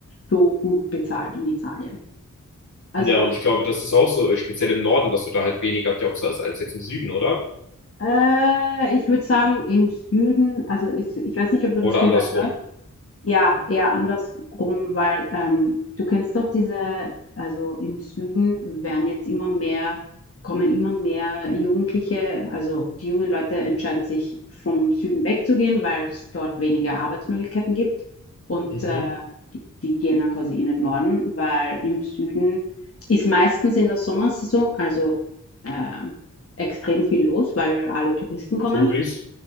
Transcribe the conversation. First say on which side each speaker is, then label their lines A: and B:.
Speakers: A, on the left (about 45°); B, on the left (about 70°).
A: so gut bezahlt in Italien. Also
B: ja, und ich glaube, das ist auch so, äh, speziell im Norden, dass du da halt weniger Jobs hast als jetzt im Süden, oder?
A: äh, ich würde sagen, im Süden, also ich, ich weiß nicht, ob du
B: Oder
A: das gehört
B: andersrum.
A: hast, Ja, eher andersrum, weil ähm, du kennst doch diese, also im Süden werden jetzt immer mehr, kommen immer mehr Jugendliche, also die jungen Leute entscheiden sich vom Süden wegzugehen, weil es dort weniger Arbeitsmöglichkeiten gibt und
B: Mhm.
A: äh, die, die gehen dann quasi in den Norden, weil im Süden ist meistens in der Sommersaison, also äh, extrem viel los, weil alle Touristen kommen.
B: Touris.